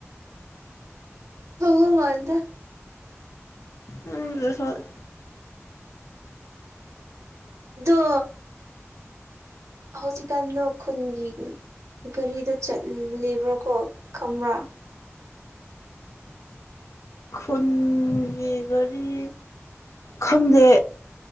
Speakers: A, on the right; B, on the left.
A: ꯍꯉ ꯃꯥꯗ
B: ꯎꯝ
A: ꯑꯗꯣ ꯍꯧꯖꯤꯛꯀꯥꯟꯗ ꯈꯨꯟꯒꯤ ꯒꯥꯔꯤꯗ ꯆꯠꯂꯤꯕ꯭ꯔꯥꯀꯣ ꯈ꯭ꯔꯥ
B: ꯈꯨꯟꯒꯤ ꯒꯥꯔꯤ ꯈꯪꯗꯦ